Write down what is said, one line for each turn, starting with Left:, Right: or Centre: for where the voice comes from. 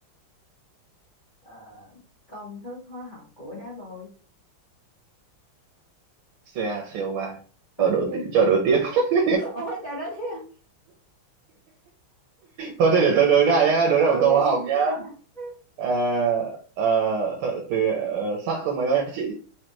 Left: Ờ, công thức hóa học của đá vôi.
Right: CaCO3
Left: <laughs>
Right: cho đố tí- cho đố tiếp <laughs>
Left: Ủa trời đất thiệt.
Right: thôi thì để tôi đối lại nhá
Left: Ok.
Right: đối lại một câu hóa
Left: <laughs>
Right: học nhá à, à, th- từ ờ, sắt có mấy anh chị